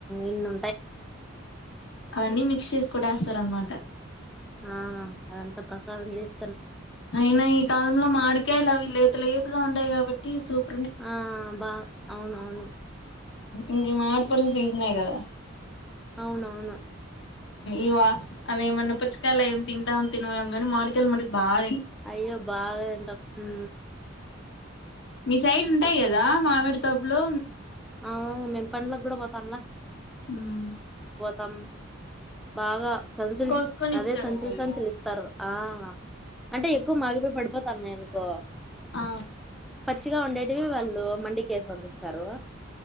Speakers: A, in the centre; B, on the left (about 65°).
A: ఇన్ను ఉంటయి
B: అవన్నీ మిక్స్ చేసుకు కొటేస్తారు అనమాట
A: ఆ అదంత ప్రసాదం చేస్
B: అయినా ఈ కాలంలో మాడికాయలు అవి లేత లేతగా ఉంటాయి కాబట్టి సూప్
A: ఆ బా అవునవును
B: ఇం మావిడిపండ్ల సీజనే కదా
A: అవునవును
B: ఇవా అవి ఏమన్నా పుచ్చకాయలు ఏమి తింటాం తినమే కాని మాడికాయలు మటుకి బాగా
A: అయ్యో బాగా తింటాం ఉ
B: మీ సైడ్ ఉంటాయి కదా మామిడి తబ్లో
A: ఆవు మెం పండ్లకు కూడా పోతానలా
B: హ్మ్
A: తమ్ బాగా సంచల్
B: కోసుకొని
A: సంచ్ అదే
B: ఇస్తారు
A: సంచల
B: వాళ్ళు
A: సంచలిస్తారు ఆ అంటే ఎ మాగిపోయి పడిపోతాన్నాయినుకో
B: ఆ
A: మంచిగా ఉండేటివి వాళ్ళు మండికెసి పంపిస్తారు.